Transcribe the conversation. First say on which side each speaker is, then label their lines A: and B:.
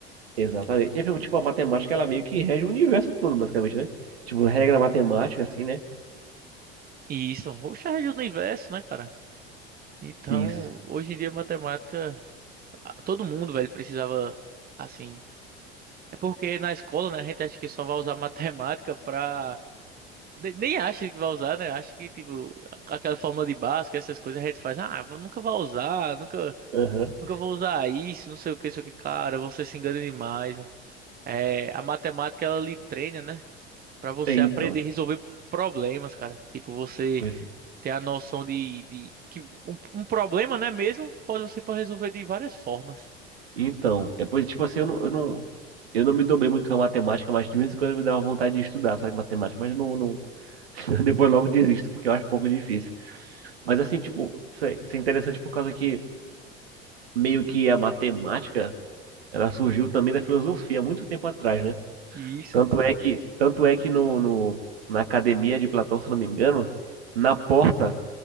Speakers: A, on the right; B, on the right.
A: Exatamente. E, tipo, tipo, a matemática, ela meio que rege o universo todo, basicamente, né? Tipo, regra matemática, assim, né?
B: E isso, o xadrez do universo, né, cara? Então,
A: Isso.
B: hoje em dia, matemática, a- todo mundo, velho, precisava, assim. É porque na escola, né, a gente acha que só vai usar <laughs> matemática pra. Ne- Nem acha que vai usar, né? Acha que, tipo, a- aquela fórmula de Bhaskara, essas coisas, a gente faz, ah, eu nunca vai usar, nunca,
A: Aham.
B: nunca vou usar isso, não sei o que, não sei o que. Cara, você se engana demais. É, a matemática, ela lhe treina, né? Pra você
A: É, Então,
B: aprender a resolver problemas, cara. Tipo, você
A: pois,
B: ter a noção de, de que um, um problema, né, mesmo, pode, você pode resolver de várias formas.
A: então, é, pois, tipo assim, eu não, eu não, eu não me dou bem muito com a matemática, mas de vez em quando me dá uma vontade de estudar, sabe, matemática, mas eu não, não, <laughs> depois logo desisto, porque eu acho um pouco difícil. Mas, assim, tipo, isso é, isso é interessante por causa que meio que a matemática, ela surgiu também da filosofia há muito tempo atrás, né?
B: E isso,
A: Tanto é que, tanto é que no, no- na academia de Platão, se não me engano, na porta